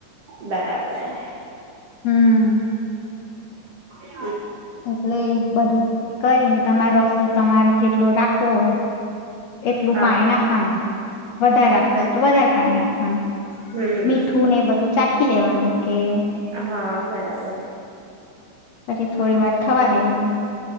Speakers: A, on the right; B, on the left.
A: બરાબર.
B: હમ્મ
A: હ <inaudible>
B: એટલે બધું કરીને તમારે રસ તો તમારે જેટલું રાખવો હોય. એટલું
A: હા
B: પાણી નાખવાનું વધારે રાખો
A: બરાબર
B: હોય તો વધારે પાણી નાખવાનું
A: હમ
B: મીઠું ને એ બધું ચાખી લેવાનું. ઓકે.
A: હા બરાબર.
B: પછી થોડી વાર થવા દેવાનું.